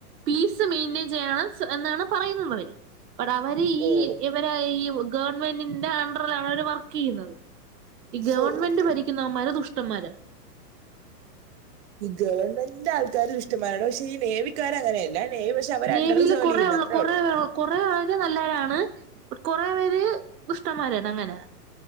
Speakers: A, on the right (about 75°); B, on the right (about 45°).
A: പീസ്, മെയിന്റയിൻ, ചെയ്യണം, എന്നാണ്, പറയുന്നുള്ളവര്. അടെ, അവര്,
B: ഓ
A: ഈ, ഇവര്, ഈ, ഗവൺമെന്റിന്റെ, അണ്ടറിലാണ്, അവര്, വർക്ക്, ചെയ്യുന്നത്. ഈ, ഗവൺമെന്റ്,
B: ഓ ഓക്കെ
A: ഭരിക്കുന്നവന്മാര്, ദുഷ്ടന്മാര്.
B: ഗവൺമെന്റിന്റെ, ആൾക്കാർ, ദുഷ്ടന്മാരാണ്, പക്ഷെ, ഈ, നേവിക്കാർ, അങ്ങനെയല്ല. നേവി പക്ഷെ അവർ
A: നേവിൽ,
B: അണ്ടർ ജോലി
A: കുറ,
B: ചെയ്യുന്നു
A: ഉള്ള,
B: അത്രേ
A: കൊറ,
B: ഉള്ളു
A: കൊറ, ആ, നല്ലര ആ, കൊറേ, പേര്, ദുഷ്ടന്മാരാണ്, അങ്ങനെ,